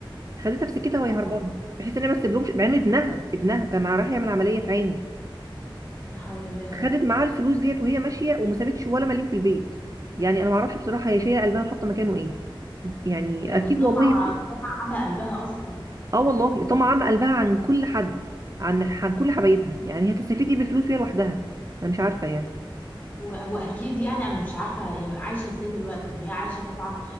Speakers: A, on the right; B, on the left.
A: خدتها في سكتها وهي
B: اه
A: هربانه بحيث ان هي ما تسيبلهمش مع ان ابنها ابنها كان رايح يعمل عمليه في عينه
B: يا حول الله يا رب
A: خدت معاها الفلوس ديت وهي ماشيه وما سابتش ولا مليم في البيت يعني انا ما اعرفش بصراحه هي شايله قلبها وحاطه مكانه ايه يعني
B: هو
A: اكيد
B: الطمع
A: والله
B: طمع عمى قلبها اصلا
A: اه والله طمع عامه قلبها عن كل حد عن عن كل حبايبها يعني هتستفيد ايه بالفلوس وهي لوحدها انا مش عارفه يعني
B: و- واكيد يعني انا مش عارفه هي عايشه ازاي دلوقتي يعني هي عايشه طبعا